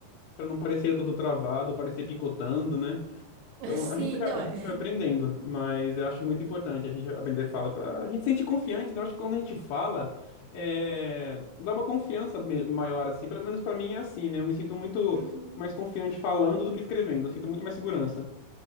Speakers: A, on the left; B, on the right.
A: Pra não parecer tudo travado, parecer picotando, né?
B: <laughs>
A: Então,
B: Sim,
A: a gente vai,
B: não
A: a gente
B: é.
A: vai aprendendo, mas eu acho
B: Uhum.
A: muito importante a gente aprender fala para a gente se sentir confiante, né? Eu acho que quando a gente fala, é, dá uma confiança me- maior, assim. Pelo menos para mim é assim, né? Eu me sinto muito
B: Uhum.
A: mais confiante falando do que escrevendo. Eu sinto muito mais segurança.